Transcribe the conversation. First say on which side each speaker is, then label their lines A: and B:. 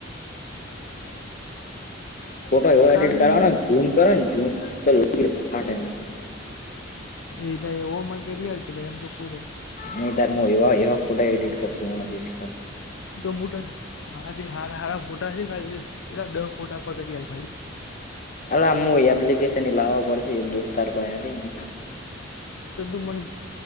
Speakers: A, on the left; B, on the left.
A: ફોટો એવો
B: ખાલી
A: એડિટ કરવાનોન જૂન <unintelligible> ફાટાયના
B: <unintelligible> ઓમન કરી ક એમ તો પૂરો
A: હુ તાર હું એવા એવા ફોટા એડિટ કર છું મને દસ
B: દમ્બુટ <unintelligible> મારા જે હાર હાર ફૂટા છે ખાલીલા દ ફૂટા પગડીયા ખાલી.
A: અમ એપ્લિકેશન લાવવા પડશે એક દોસ્તાર પાયાથી. હ <inaudible>
B: તો તું મન